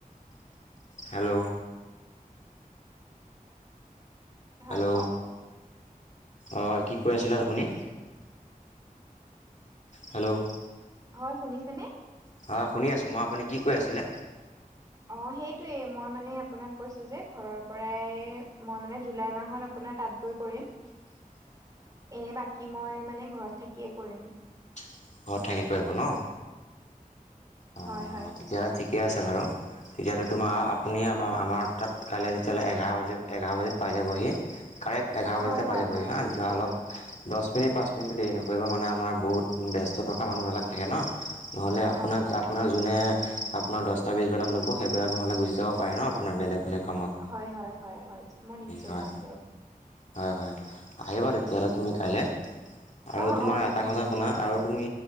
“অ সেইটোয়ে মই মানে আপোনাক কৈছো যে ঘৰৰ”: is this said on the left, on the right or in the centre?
Right